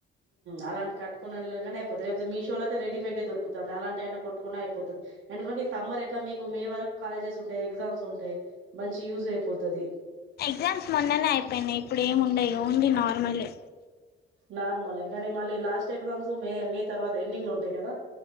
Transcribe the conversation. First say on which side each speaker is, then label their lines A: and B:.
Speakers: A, on the right (about 85°); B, on the left (about 50°).
A: అలాంటికట్టుకునీ వెళ్ళిన అయిపోతుంది లేకపోతే మీషోలో అతే రెడీమేట్ డి దొరుకుతుంది అలాంటి అయినా కొట్టుకుంనే అయిపోతది ఎందుకంటే ఈ సమ్మర్ ఎట్లా మీకు మే వరకు కాలేజెస్ ఉంటాయి ఎగ్జామ్స్ ఉంటాయి మంచి యూజ్ అయిపోతది
B: ఎగ్జామ్స్ మొన్ననే అయిపోయినాయి ఇప్పుడు ఏముండయి ఓన్లీ నార్మలే
A: నార్మలే గానీ మళ్ళీ లాస్ట్ ఎగ్జామ్స్ మే మే తర్వాత ఎండింగ్ లో ఉంటాయ్ కదా